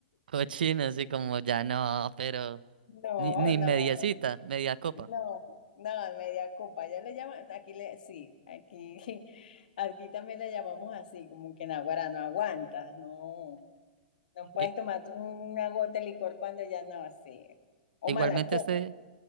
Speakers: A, on the right; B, on the left.
A: cochinos y como ya no, pero
B: no,
A: ni, ni
B: no,
A: mediecita,
B: no.
A: media copa.
B: No, no, media copa, ya le llaman, aquí le, sí, aquí, <laughs> aquí también le llamamos así, como que naguará, no aguantas, no, no puedes
A: I-
B: tomarte una gota de licor cuando ya no así, o
A: igualmente
B: mala copa,
A: este,